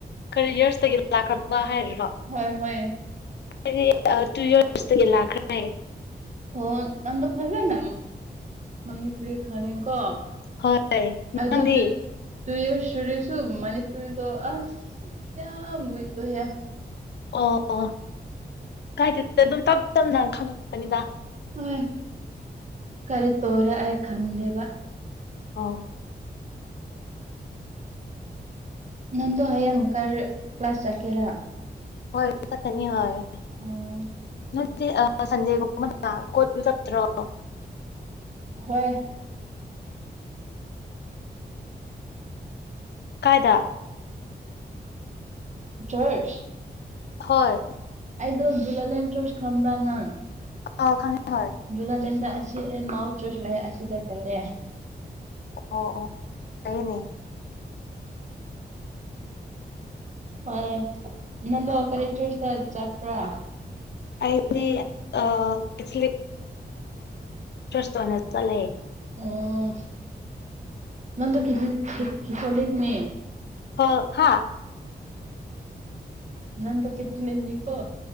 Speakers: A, on the left; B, on the right.
A: ꯀꯔꯤꯌꯔꯁꯇꯒꯤ <unintelligible> ꯍꯥꯏꯔꯤꯔꯣ
B: ꯍꯣꯏ ꯍꯣꯏ
A: ꯑꯩꯗꯤ ꯑ ꯇꯨꯌꯔꯁꯇꯒꯤ ꯂꯥꯛꯈ꯭ꯔꯦ
B: ꯑꯣ ꯅꯗ ꯐꯖꯅ ꯃꯅꯤꯄꯨꯨꯔꯦ ꯈꯅꯤꯡ ꯀꯣ
A: ꯍꯣꯏ
B: ꯑꯗꯣ
A: ꯅꯪꯗꯤ
B: ꯇ ꯇꯨꯏ ꯁꯨꯔꯁꯨ ꯃꯅꯤꯄꯨꯔꯤꯗꯣ ꯑꯁ ꯌꯥꯝ ꯋꯤꯛ ꯑꯣꯏꯌꯦ
A: ꯑꯣ ꯀꯥꯏꯗ ꯑꯗꯨꯝ ꯇꯞ ꯇꯞꯅ ꯈꯪꯪꯂꯛꯄꯅꯤꯗ
B: 'inaudible' ꯀꯔꯤ ꯇꯣꯔꯦ ꯑꯩ ꯈꯟꯗꯦꯕ
A: ꯑꯥꯎ
B: ꯅꯪꯗꯣ ꯍꯌꯦꯡ ꯀꯔꯤ ꯀ꯭ꯂꯥꯁ ꯆꯠꯀꯦꯔꯥ
A: ꯍꯣꯏ <unintelligible> ꯌꯦꯡꯉꯛꯑꯒꯦ
B: ꯑꯣ
A: ꯅꯠꯇꯦ ꯑ ꯁꯟꯗꯦ ꯒꯨꯝꯕꯗ ꯀꯣꯏꯕ ꯆꯠꯇꯔꯣ꯫
B: ꯍꯣꯏ
A: ꯀꯥꯏꯗ꯫
B: ꯆꯔꯁ꯫
A: ꯍꯣꯏ
B: ꯑꯣ ꯖꯨꯂꯂꯦꯟ ꯆꯣꯏꯁ ꯈꯝꯕ꯭ꯔꯥ ꯅꯪ
A: ꯑ ꯈꯉ ꯍ
B: ꯨꯂꯥ ꯂꯦꯟꯗ ꯑꯁꯤ ꯃꯥꯎ ꯆꯁ ꯂ ꯑꯁꯤꯗ ꯆꯂꯦ
A: ꯑꯣ ꯑꯣ ꯐꯩꯌꯦꯅꯦ
B: ꯍꯣꯏ ꯅꯅꯣ ꯀꯔꯤ ꯆꯔꯁꯇ ꯆꯠꯄ꯭ꯔꯥ꯫
A: ꯑꯩꯗꯤ ꯑꯁ ꯇꯅꯦ ꯆꯂꯦ
B: ꯑꯣ ꯅꯪꯒ ꯈꯤ ꯈꯤ ꯈꯤꯊꯣꯂꯤꯛꯅꯦ
A: ꯍ ꯍꯥꯥ
B: ꯅꯟ ꯗ ꯀꯤꯠ ꯈꯜꯂꯤꯅꯤꯀꯣ꯫